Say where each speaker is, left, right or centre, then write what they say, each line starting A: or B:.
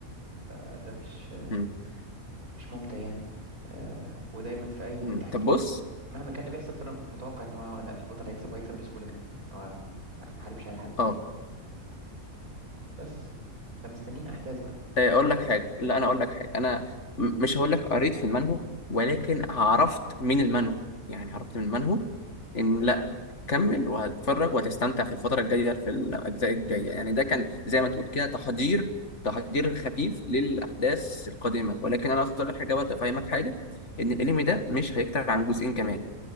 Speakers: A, on the right (about 80°); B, on the left (about 55°).
A: فده مش آه،
B: مم.
A: مش ممتع يعني آه، ودايما في أي
B: مم.
A: يعني
B: طب بص
A: مهما كان اللي بيحصل فأنا متوقع إن هو لا البطل هيكسب وهيكسب بسهولة كمان هو ما ما حاربش أي حد
B: اه
A: بس فمستنيين أحداث بقى
B: آه، اقول لك حاجه لا انا اقول لك حاجه انا م- مش هقول لك قريت في المنهو ولكن عرفت من المنهو يعني عرفت من المنهو ان لا كمل وهتتفرج وهتستمتع في الفتره الجايه في الاجزاء الجايه يعني ده كان زي ما تقول كده تحضير تحضير خفيف للاحداث القادمه ولكن انا اقول لك حاجه برضه افهمك حاجه ان الانمي ده مش هيكتر عن جزئين كمان